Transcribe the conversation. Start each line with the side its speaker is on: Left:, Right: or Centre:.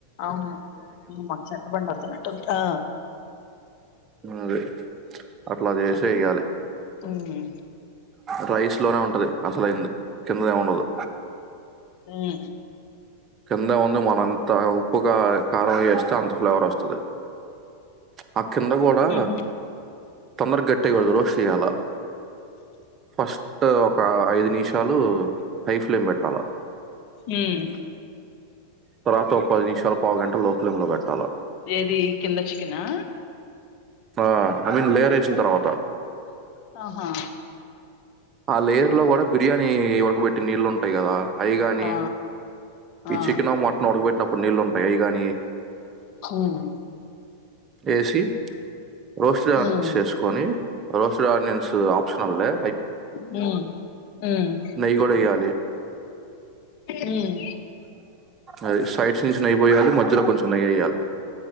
Left: అవును మా చెత్త బండి వత్తున్నట్టుంది ఆ
Right: మాది అట్లా చేసే
Left: అది
Right: ఇయాలి
Left: ఉమ్
Right: ప్రైస్ లోనే ఉంటది అసలయింది కింద ఎం ఉండదు
Left: హ్మ్!
Right: కింద వుంది మనంతావ్. ఉప్పుగా కారం ఏస్తే అంత ఫ్లేవర్ వస్తది. ఆ కింద కూడా
Left: ఉహు
Right: తొందర గట్టయ్యకూడదు రోస్ట్ చేయ్యాల. ఫస్ట్ ఒక ఐదు నిషాలు హై ఫ్లేమ్ పెట్టాల.
Left: హ్మ్!
Right: తర్వాత ఒక పది నిమిషాలు పావు గంట లో ప్లేమ్ లో పెట్టాల.
Left: ఏది కింద చికెనా?
Right: ఆ ఐ మీన్ లేయర్ ఏసింతర్వాత.
Left: ఆహా!
Right: ఆ లేయర్‌ లో కూడా బిర్యానీ ఉడకబెట్టి నీళ్లు ఉంటాయి గదా? అయిగాని,
Left: ఆ
Right: ఈ
Left: ఆ
Right: చికెనో మటనో ఉడకబెట్టినప్పుడు నీళ్ళు ఉంటాయి అయిగాని!
Left: ఉమ్
Right: A C. Roasted onions
Left: um
Right: చేసుకొని, రోస్టెడ్ ఆనియన్స్ ఆప్షన్నలే.
Left: హ్మ్! హ్మ్!
Right: నెయ్యి కూడా వేయాలి
Left: హ్మ్!
Right: అది సైడ్స్ నుంచి నెయి పోయాలి, మధ్యలో కొంచెం నెయ్యి ఎయ్యాలి.